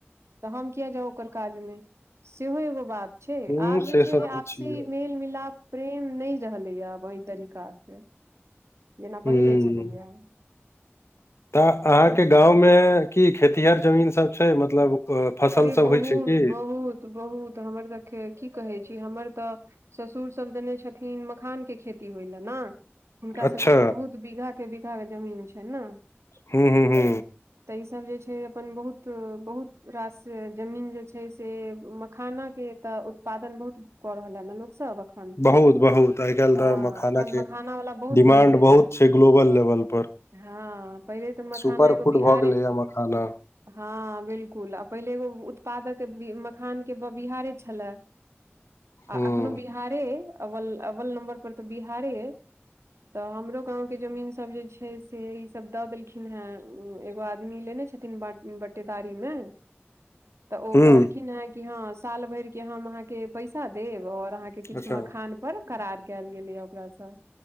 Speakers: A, on the right; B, on the left.
A: तऽ हम किया जाउ ओकर काज मे सेहो एगो बात छैय
B: हूं
A: आब
B: से
A: जे छैय
B: सब तऽ
A: आपसी
B: छियै
A: मेल मिलाप प्रेम नय रहलैया आब एहि तरीका। से जेना
B: ह
A: पहिले छलैया
B: तऽ अहाँके
A: पहिल
B: गाँव मे की खेतीहर जमीन सब छैय मतलब। अ, फसल
A: अरे
B: सब
A: बहुत-
B: होइ छै की
A: बहुत- बहुत हमर सबके की कहै छी हमर तऽ ससुरसभ देने छथिन मखानके खेती होइ लए ने हुनका
B: अच्छा
A: सबके तऽ बहुत बीघा के बीघा के जमीन छैन ने।
B: हू- हू- हू।
A: तऽ ईसभ जे छैय अपन बहुत- बहुत रास जमीन जे छैय से मखानाके तऽ उत्पादन बहुत कऽ रहल हे ने लोक सब अखन,
B: बहुत बहुत आइ काल्हि
A: हँ
B: तऽ मखाना
A: अखन
B: के
A: मखाना वला बहुत
B: डिमांड
A: बढ़ि गेल
B: बहुत
A: ए।
B: छै ग्लोबल लेवल पर
A: हँ पहिले तऽ मखाना
B: सुपर
A: एगो
B: फूड
A: बिहारे
B: भऽ गेलै या मखाना
A: हँ बिलकुल आ पहिले एगो उत्पादक मखानके बिहारे छलए
B: हूँ
A: आ एखनो बिहारे अइ अवल अव्वल नम्बर पर तऽ बिहारे अइ तऽ हमरो गाँंवके जमीन सब जे छैय से ई सब द देलखिन हे एगो आदमी लेने छथिन तीन ब बटेदारी में तऽ ओ
B: हूँ
A: कहलखिन हेँ कि हँ साल भरिके हम अहां के पैसा देब और अहाँके किछु
B: अच्छा हूँ
A: मखान पर करार कयल गेलैये ओकरा से।